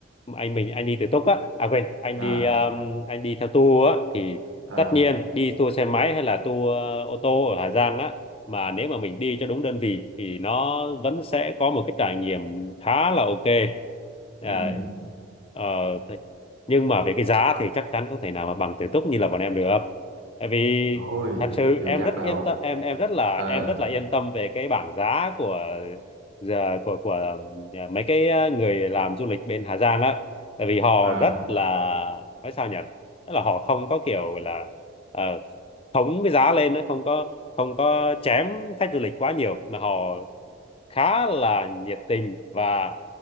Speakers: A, on the left; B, on the right.
A: anh mình anh đi tự túc á à quên anh
B: à
A: đi um, anh đi theo tour á thì
B: à
A: tất nhiên đi tour xe máy hay là tour ờ, ô tô ở Hà Giang á mà nếu mà mình đi cho đúng đơn vị thì nó vẫn sẽ có một cái trải nghiệm khá là ok à,
B: ừ
A: ờ, thế- nhưng mà về cái giá thì chắc chắn không thể nào mà bằng tự túc như là bọn em được tại vì
B: ôi
A: thật sự
B: chưa
A: em
B: chắc
A: rất
B: đâu
A: yên tâm em em rất là
B: ờ
A: em rất là yên tâm về cái bảng giá của giờ của của Nhà- mấy cái ờ, người làm du lịch bên Hà Giang á tại vì họ
B: à
A: rất là nói sao nhỉ tức là họ không có kiểu là ờ, khống cái giá lên á, không có không có chém khách du lịch quá nhiều mà họ khá là nhiệt tình và